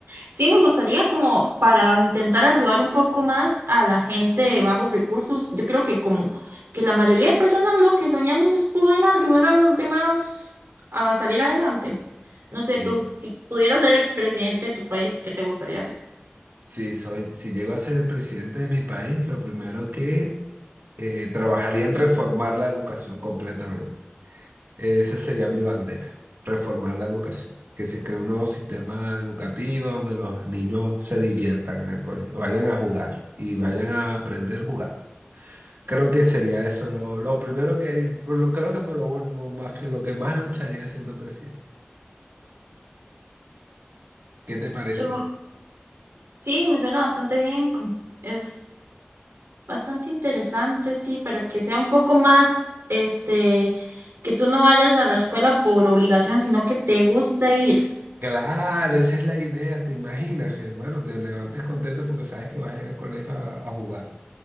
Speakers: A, on the right (about 85°); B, on the right (about 60°).
A: Sí me gustaría como para intentar ayudar un poco más a la gente de bajos recursos. Yo creo que como que la mayoría de personas lo que soñamos es poder ayudar a los demás a salir adelante. No
B: Sí,
A: sé, tú, si pudieras ser el presidente de tu país, ¿qué te gustaría hacer?
B: sí, soy, si llego a ser el presidente de mi país, lo primero que eh, trabajaría en reformar la educación completamente. Esa sería mi bandera, reformar la educación. Que se cree un nuevo sistema educativo donde los niños se diviertan en el colegio, vayan a jugar y vayan a aprender jugando. Creo que sería eso lo, lo primero que, por lo- creo que por lo, lo más que lo que más lucharía siendo presidente. ¿Qué te parece
A: Yo,
B: eso?
A: sí, me suena bastante bien. con- Es Bastante interesante, sí, para que sea un poco más, este, que tú no vayas a la escuela por obligación, sino que te guste ir.
B: Claro, esa es la idea, te imaginas que, bueno, te levantes contento porque sabes que vas a ir al colegio a, a jugar.